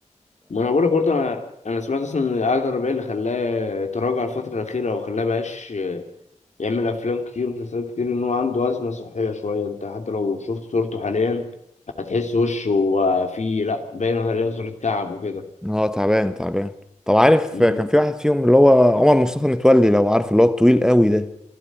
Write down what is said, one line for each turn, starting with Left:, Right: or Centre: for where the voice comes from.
Left: ما انا بقولك برضه انا انا سمعت اصلا ان القعده الرباعيه اللي خلاه تراجع الفتره الاخيره او خلاه بقاش يعمل افلام كتير ومسلسلات كتير ان هو عنده ازمه صحيه شويه انت حتى لو شفت صورته حاليا هتحس وشه فيه لا باين عليه صوره تعب وكده
Centre: اه تعبان تعبان طب عارف
Left: مم.
Centre: كان في واحد فيهم اللي هو عمر مصطفى متولي لو عارف اللي هو الطويل قوي ده